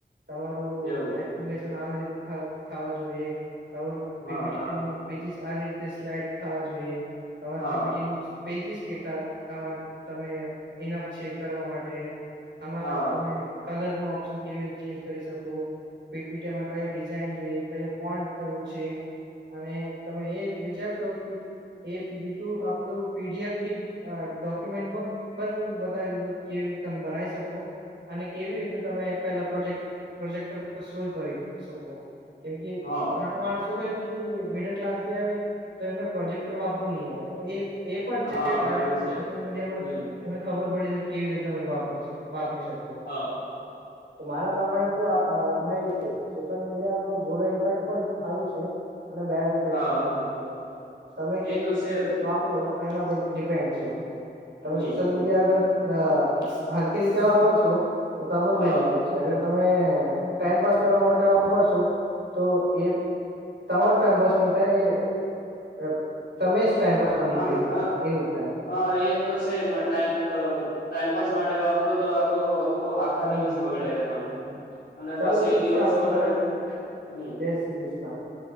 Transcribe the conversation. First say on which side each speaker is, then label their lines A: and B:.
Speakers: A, on the right; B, on the left.
A: તમારું
B: એવું
A: એપ્સેનેસંન આવી રીતે થાવ થાવા જોઈએ તમારું
B: હા
A: પીપીટી
B: હા
A: પેજીસ આવી રીતે સ્લાઈડ થવા જોઈએ, તમારે
B: હા
A: પીપીટી નુ પેજીસ કેટલા આમાં તમે ઇનફ છેેક કરવા માટે. આમાં
B: હા
A: તમે કલર નું ઓપ્શન કેવી રીતે ચેન્જ કરી શકો. પીપીટી મા ક્યો ડિઝઇન જોઈયે, કયો ફોન્ટ કરવું છે, અને તમે એ વિચારશો કે એ પીપીટુ આપડું પીડીએફથી અ ડોક્યુમેન્ટમાં પણ બતાવી દીધું કેવી રીત તમ બનાવી શકો. અને કેવી રીતે તમે પેલા પ્રોજેક્ટ પ્રોજેક્ટર પર સોય કરી શકો. કેમ કે
B: હા
A: ઘણા માણસો હોય કે મિડલ ક્લાસ થી આવે તો એમને પ્રોજેક્ટર વાપરવુ નહી આવે તો એ એ પણ
B: હા
A: છે
B: હા એવું છે
A: સોશિયલ મીડિયામાં
B: હમ
A: તમે ખબર પડી જશે કે કેવી રીતે તમે વાપરશો વાપરી શક
B: હા.
A: તો મારા પ્રમાણે તો આ ભાઈ સોશિયલ મીડિયા નુ ગુડ ઇમ્પેક્ટ પણ હારું છે અને બેડ ઇમ્પેક્ટ
B: હા
A: પણ હારું છે. તમે કેવી
B: એ તો
A: રીતે
B: છે
A: વાપરો એના પર ડિપેન્ડ છે તમે
B: હમ
A: સોશિયલ મીડિયા મીડિયા અગર, હરકી રીતે વાપરશો તો તમારું
B: હા
A: બેનિફિટ છે. અગર તમે ટાઈમપાસ કરવા માટે વાપરશો તો એ તમારો ટાઈમ પાસ નહી થાય એ અ તમે જ ટાઈમપાસ માં નીકળી
B: આમ
A: જકો
B: અ,
A: એવું થાય.
B: હા એ તો સે એમાં ટાઈમ અ ટાઈમપાસ માટે વાપરો તો આપડો હો આખા
A: હમ
B: દિવસ બગડે એમા.
A: હમ
B: અને
A: ચાલો
B: પછી
A: ઠીક
B: દિવસ
A: છે આશુભાઈ
B: બગડે એ હમ્મ.
A: જય શ્રી કૃષ્ણ